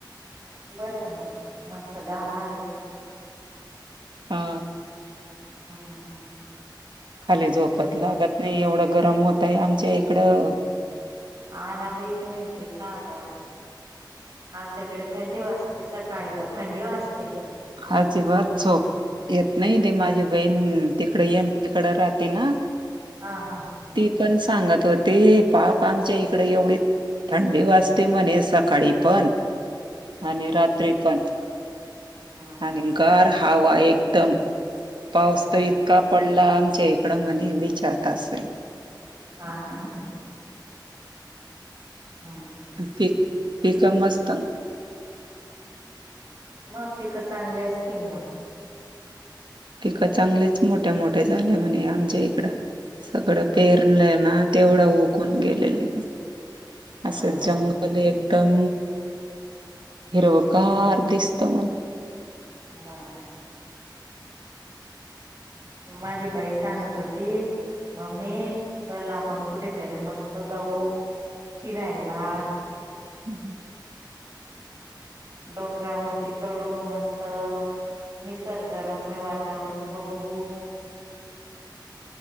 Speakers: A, on the right; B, on the right.
A: बरं आहे मग मस्त गार हवेत.
B: हा.
A: हम् <unintelligible>
B: खाली झोपच लागत नाही. एवढं गरम होत आहे आमच्या इकडं.
A: आ ना बाई तर ते साध्या आमच्याकडे थंडी वाजता. ते सकाळी तर थंडी वाजते.
B: आजिबात झोप. येत नाही ते माझी बहीण तिकड येन तिकडं राहते ना.
A: हा हा.
B: ती पण सांगत होती. पाक आमच्या इकडे एवढी. थंडी वाजते म्हणे सकाळी पण आणि रात्री पण.
A: हा.
B: निकार हवा एकदम
A: हम्म
B: पाऊस तर इतका पडला आमच्या इकडं म्हणे विचारत अस आहे.
A: हा ना. हम् <unintelligible>
B: पी पीक मस्त
A: मग पिकं चांगली असतील ना.
B: पिकं चांगलेच मोठ्या मोठे झाले म्हणे आमच्या इकडं सगळं पेरलय ना. तेवढं उघून गेलेले म असं
A: अ
B: जंगल ले एकदम हिरवकार दिसत म्हणे.
A: ह ह <unintelligible> माझी बाई सांगत होती. मम्मी चल आपण कुठेतरी मस्त जाऊ फिरायला.
B: <inaudible>
A: डोंगरावरती चढू मस्त निसर्गरम्य वातावरण बघू.